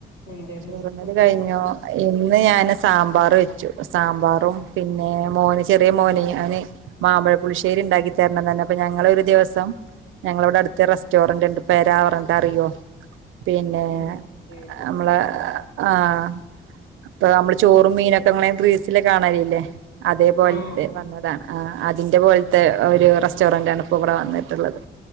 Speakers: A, on the left; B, on the right.
A: എന്തേന്നു
B: ചോറുണ്ണാല
A: ഫുഡ്
B: കഴിഞ്ഞോ അഇന്ന് ഞാൻ സാമ്പാർ വെച്ചു സാമ്പാറും പിന്നെ മോന് ചെറിയ മോന് അവന് മാമ്പഴ പുളിശ്ശേരിണ്ടാക്കിത്തരണന്നർ ഞ്ഞു. അപ്പൊ ഞങ്ങളൊരു ദിവസം ഞങ്ങളവിടെ അടുത്ത് റെസ്റ്റോറന്റ് ഉണ്ട് പെരാ പറഞ്ഞി ട്ടറിയോ പിന്നെ
A: ഉം കേട്ടിട്ടുണ്ടാവും
B: അമ്മളെ ആഹ് അപ്പൊ അമ്മള് ചോറും മീനൊക്കെ അങ്ങനെ റിൽസില് കാണലില്ലേ അതേപോൽത്തെ
A: ആഹ് ആഹ്
B: വന്നതാണ്. ആ അതിന്റെ പോൽത്തെ ഒരു റെസ്റ്റോറന്റ് ആണ്പ് പ്പൊ വടെ വന്നിട്ടുള്ളത്.